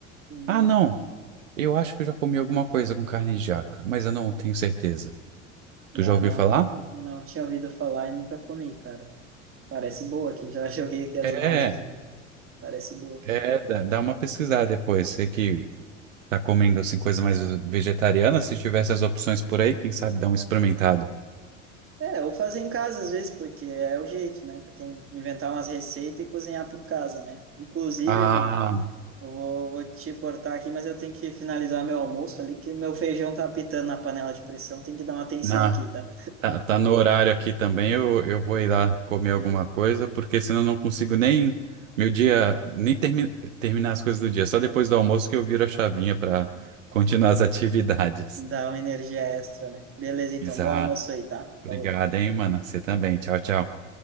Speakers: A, on the right (about 35°); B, on the right (about 80°).
A: Hum,
B: Ah, não, eu acho que eu já comi alguma coisa com carne de jaca, mas eu não tenho certeza.
A: bah,
B: Tu já ouviu
A: não,
B: falar?
A: não tinha ouvido falar e nunca comi, cara. Parece boa aqui, já <laughs> joguei aqui as
B: É,
A: imagens, né? Parece boa.
B: é, dá dá uma pesquisada depois. Você que Tá comendo assim coisa mais vegetariana? Se tivesse as opções por aí, quem sabe dar um experimentado.
A: É, ou fazer em casa às vezes, porque é o jeito, né? Pra quem inventar umas receitas e cozinhar por casa, né? Inclusive,
B: Ah,
A: irmão. Eu vou, vou te cortar aqui, mas eu tenho que finalizar meu almoço ali, que meu feijão tá apitando na panela de pressão. Tem que dar uma atenção
B: na,
A: aqui, tá?
B: tá, tá no horário aqui também. Eu, eu vou ir lá comer alguma
A: E
B: coisa, porque senão eu não consigo nem meu dia, nem termi, terminar as coisas do dia. Só depois do almoço que eu viro a chavinha para continuar as atividades.
A: dar uma energia extra, né? Beleza, então.
B: Exato.
A: Bom almoço aí, tá?
B: Obrigado,
A: Falou.
B: hein, mano. Você também. Tchau, tchau.